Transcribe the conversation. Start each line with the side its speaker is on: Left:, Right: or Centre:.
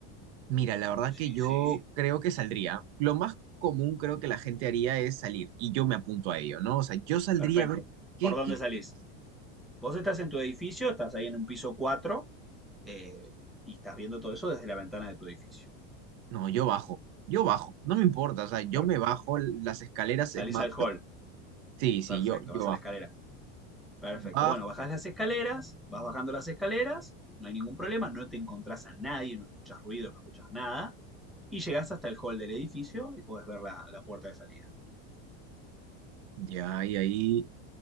Right: Mira, la verdad que
Centre: Sí,
Right: Sí, yo
Centre: sí.
Right: sí. creo que saldría. Lo más común creo que la gente haría es salir y yo me apunto a ello, ¿no? O sea, yo saldría
Centre: Perfecto.
Right: a ver qué,
Centre: ¿Por dónde
Right: qué,
Centre: salís?
Right: qué-
Centre: Vos estás en tu edificio, estás ahí en un piso 4 eh, y estás viendo todo eso desde la ventana de tu edificio.
Right: No, yo bajo, yo bajo, no me importa, o sea, yo
Centre: Per-
Right: me bajo las escaleras, es
Centre: salís
Right: más...
Centre: al hall,
Right: Sí, sí,
Centre: perfecto,
Right: yo, yo
Centre: vas
Right: bajo.
Centre: a la escalera, perfecto.
Right: Bajo,
Centre: Bueno, bajás las escaleras, vas bajando las escaleras, no hay ningún problema, no te encontrás a nadie, no escuchas ruido, no escuchas nada, y llegás hasta el hall del edificio y podés ver la, la puerta de salida.
Right: ya, y ahí,